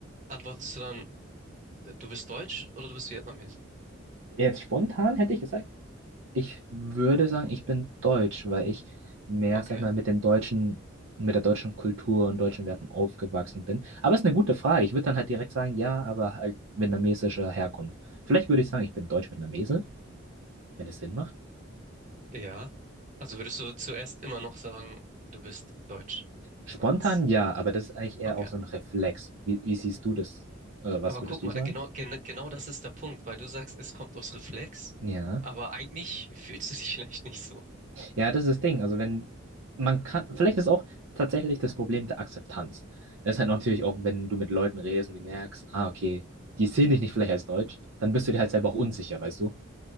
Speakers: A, on the right (about 40°); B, on the right (about 85°).
A: Antwortest du dann Äh, Du bist Deutsch oder du bist Vietnamese?
B: Jetzt spontan hätte ich gesagt, Ich würde sagen, ich bin deutsch, weil ich mehr,
A: Okay,
B: sag ich mal, mit den deutschen, mit der deutschen Kultur und deutschen Werten aufgewachsen bin. Aber es ist eine gute Frage. Ich würde dann halt direkt sagen, ja, aber halt vietnamesischer Herkunft. Vielleicht würde ich sagen, ich bin deutsch-vietnamese, wenn es Sinn macht.
A: ja. Also würdest du zuerst immer noch sagen, du bist Deutsch?
B: Spontan
A: Als,
B: ja, aber das ist eigentlich eher
A: okay.
B: auch so ein Reflex. Wie, wie siehst du das? Oder was
A: Aber
B: würdest
A: guck mal,
B: du sagen?
A: genau, gen, genau das ist der Punkt, weil du sagst, es kommt aus Reflex,
B: Ja.
A: aber eigentlich fühlst du dich <laughs> vielleicht nicht so.
B: Ja, das ist das Ding. Also wenn man kann, vielleicht ist auch tatsächlich das Problem der Akzeptanz. Das ist halt natürlich auch, wenn du mit Leuten redest und die merkst, ah, okay, die sehen dich nicht vielleicht als Deutsch, dann bist du dir halt selber auch unsicher, weißt du?